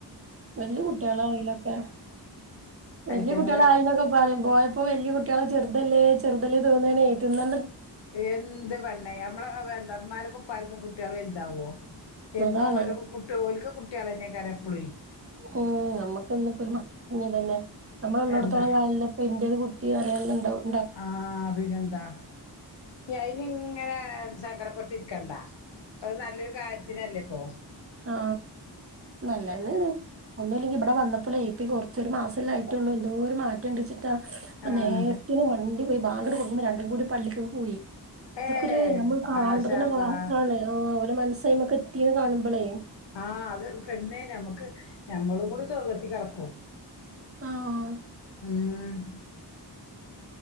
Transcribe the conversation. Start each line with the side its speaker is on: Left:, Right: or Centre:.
Right: വല്ല്യ കുട്ടിയളായലൊക്കെ വല്ല്യ
Left: അയ്റ്റങ്ങള്
Right: കുട്ടിയള ആയിന്നോക്കെ പറിം പോയ ഇപ്പൊ വല്ല്യ കുട്ടിയള് ചെർതല്ലേ ചേർതല്ലേ തോന്നാണേ തിന്നണ്ട്
Left: എന്ത് പെണ്ണെ നമ്മളെ എന്താ ഇമ്മാര്ക്കും ഇപ്പാര്ക്കും കുട്ടിയള് വൽതാവോ എന്നു
Right: അതാണ്
Left: ഓല കുട്ടി ഓൽക്ക് കുട്ടിയളെന്നെക്കാരം എപ്പുളൈ
Right: ഉം ഞമ്മക്ക് എന്ന് പ്പോര് മ കുഞ് തന്നെ നമ്മള ഉള്ളോട്ത്തോളം
Left: എന്താ
Right: കാലം അപ്പ ഇന്റര് കുട്ടി പറയാന്ണ്ടാവും
Left: ആ പിന്നെന്താ ഇഞ് അയിന് ഇങ്ങനെ സങ്കടപ്പെ ട്ട്ക്കണ്ട അത് നല്ലൊരു കാര്ത്തിനല്ലേ ഇപ്പോ
Right: ആ നല്ലന്നെണ് ഒന്നുല്ലെങ്കി ഇവട വന്നപ്പളേ പി കൊർച്ചൊരു മാസല്ലെ ആയിട്ടേള്ളൂ എന്തോ ഒരു മാറ്റം ഇണ്ട് വെച്ചിട്ടാ പ്പ
Left: ആഹ്
Right: നേര്ത്തിന് മണ്ടി പോയി ബാങ്കാണ്ട് കൊടുക്കുമ്പ രണ്ടും കൂടി പള്ളിക്കക്ക് പോയി അതൊക്കൊര്
Left: ഏഹ്
Right: നമ്മള് കാണുമ്പ
Left: മാഷാ
Right: തന്നെ
Left: അള്ളാ
Right: റാഹത്താണ് ആ ഓലെ മൻസ് അയ്മക്ക് എത്തീന്ന് കാണുമ്പളേ
Left: ആ അത് പെണ്ണേ ഞമ്മക്ക് ഞമ്മളും കൂടി സ്വർഗത്തി കടക്കും
Right: ആ ഓ
Left: ഉം